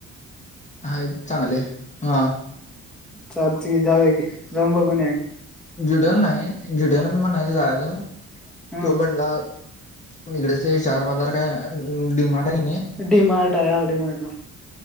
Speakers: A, on the left; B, in the centre.
A: हाय चांगले. हा.
B: चालतेय जाऊया की. जाऊन बघून या की
A: झुडिओला नाही. झुडिओला मी म्हणायचो जायचो
B: हा
A: तो म्हणला निगडचे चार बाजार काय डिमार्ट आता कणीं
B: डी मार्ट आहे हा डी मार्टला